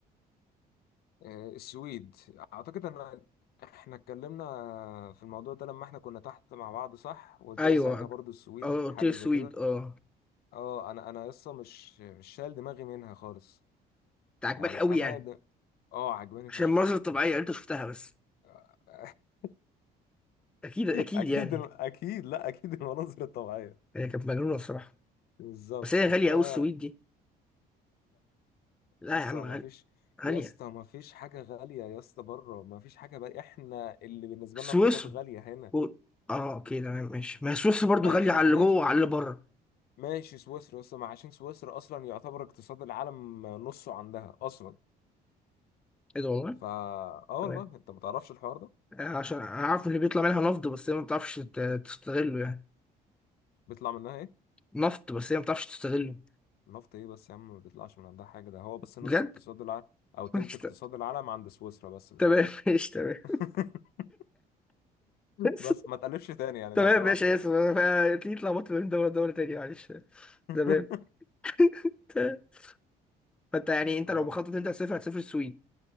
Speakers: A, on the left; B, in the centre.
A: آه، السويد اعتقد ان احنا اتكلمنا في الموضوع ده لما احنا كنا تحت مع بعض صح وقلت
B: ايوه
A: لك ساعتها برضو السويد
B: اه قلت
A: حاجه
B: لي السويد
A: زي كده
B: اه
A: اه انا انا لسه مش مش شايل دماغي منها خالص
B: انت عاجباك
A: يعني
B: قوي
A: انا
B: يعني
A: د... اه عجباني
B: عشان
A: فشخ
B: المناظر الطبيعيه اللي انت شفتها بس
A: <laughs>
B: اكيد اكيد
A: اكيد
B: يعني
A: اكيد لا اكيد المناظر الطبيعيه
B: هي كانت مجنونه الصراحه
A: بالظبط
B: بس هي غاليه
A: فلا
B: قوي السويد دي لا
A: يا اسطى
B: يا عم
A: ما
B: غاليه
A: فيش يا
B: غاليه
A: اسطى ما فيش حاجه غاليه يا اسطى بره ما فيش حاجه بقى احنا اللي بالنسبه
B: سويسرا
A: لنا الحاجات غاليه هنا
B: و- اه اوكي تمام ماشي ما هي سويسرا برضو
A: ماشي
B: غاليه على
A: ماشي
B: اللي جوه وعلى اللي بره
A: ماشي سويسرا اصلا ما عشان سويسرا اصلا يعتبر اقتصاد العالم نصه عندها اصلا
B: ايه ده والله
A: فا اه والله
B: تمام
A: انت ما تعرفش الحوار ده
B: آه، عشان عارف اللي بيطلع منها نفط بس هي ما بتعرفش ت- تستغله يعني
A: بيطلع منها ايه
B: نفط بس هي ما بتعرفش تستغله
A: نفط ايه بس يا عم ما بيطلعش من عندها حاجه ده هو بس نص
B: بجد
A: اقتصاد العالم
B: <laughs>
A: او تلت
B: ماشي
A: اقتصاد
B: ت-
A: العالم عند سويسرا بس مش
B: تمام
A: اكتر
B: ماشي تمام
A: <laughs>
B: <laughs>
A: بس ما تقلبش تاني يعني
B: تمام
A: لو سمحت
B: ماشي اسف انا تلاقيني اتلخبطت ما بين دوله لدوله تانية معلش
A: <laughs>
B: تمام <laughs> فانت يعني انت
A: ف
B: لو بخطط انت هتسافر هتسافر السويد